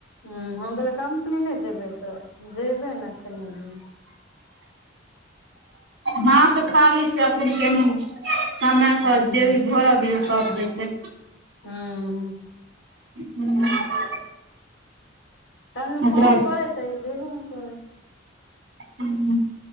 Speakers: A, on the left; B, on the right.
A: हुं हम कहलिए कम्पनी नै जेबै तऽ जेबै नै अखन नै जेबै।
B: हाथ खाली छै अखन केन कमाय
A: हूं
B: के जेबी भरा दियौ तब जेतै।
A: हूं।
B: हूं।
A: <unintelligible>
B: ओकरा
A: फोन करै छै ई जेबे ने करै हय।
B: हूं।